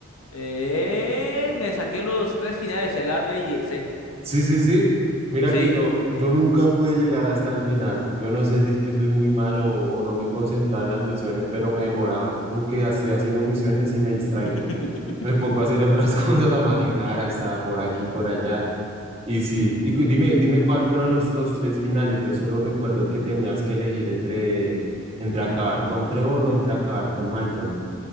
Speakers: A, on the left (about 90°); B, on the right (about 30°).
A: Eh, me saqué los tres finales, el A, B y el C.
B: Sí, sí, sí. Mira
A: Sí.
B: que yo, yo nunca pude llegar hasta el final. Yo no sé si es que soy muy malo o, o no me concentraba en las misiones, pero me demoraba. Yo como que ya estoy haciendo misiones y me distraigo.
A: <laughs>
B: Me pongo a hacer otras <laughs> cosas, a manejar, a estar por aquí, por allá. Y sí, y cu- dime, dime cuál fueron los, los tres finales. Yo solo recuerdo el que tenías que elegir entre, entre acabar con Trevor o entre acabar con Michael.